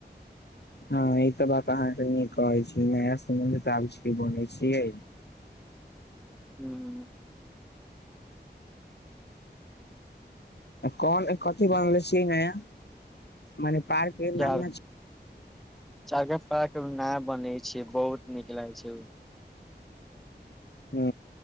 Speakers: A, on the left; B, in the centre.
A: हँ ई त बात अहाँके कहै छी नया समबन्ध तऽ आब बनै छियै
B: हू
A: कन कथी बनलै से नया मने पार्क के
B: चा
A: नाम न
B: चाय के पाक‌‌ अभि नया बनै छै बहुत नीक लागै छै ओ
A: हू